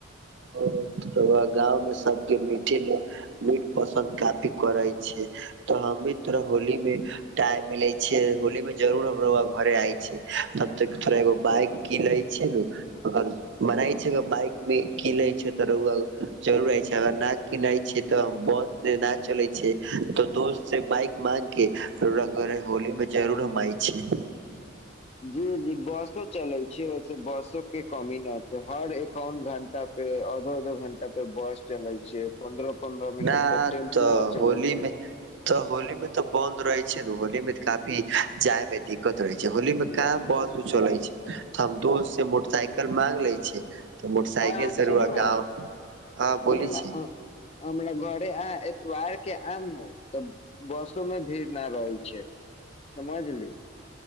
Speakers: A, on the right; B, on the left.
A: गाँंव में सबके मीटे लो मीठ पसन्द काफी करै छैय। त हम भी थोड़ा होली मे टाइम मिलै छियै होली मे जरूर हम रौआ घरे आय छियै त थोड़ा एगो बाइक कीलय छैय ने अगर बनाय <inaudible> छैय बाइक मे की लै छैय। रौंदा जरूर आय छै अगर न किनै छै तऽ बस से न चले छै तऽ दोस्त से बइक मांगके रऊआ घड़े होली मे जरूर हमे आइ छी।
B: <inaudible> जी जी बसो चलै छैय ओयसे बसो के कमी न छैय हर एखन घंटा पे अधो अधो घंटा पे बस चलै छैय पन्द्रह पन्द्रह मिनट
A: न
B: पे टेम्पूओ
A: तऽ
B: चलै
A: होलीमे
B: छै
A: तऽ होलीमे तऽ बंन्द रहे छै ने होली में काफी जाय में दिक्कत रहे छै होली में काम बंद कुछो रहै छै तऽ हम दोस्त से मोटरसाइकल मांग ले छियै तऽ मोटरसइकिल
B: आ सुनू
A: रौआ
B: ने
A: गाँव हँ
B: सुनू
A: बोली
B: ने
A: छी
B: घरे एतवार के आएब नु तब बसो में भीड़ ना रहै छै समझली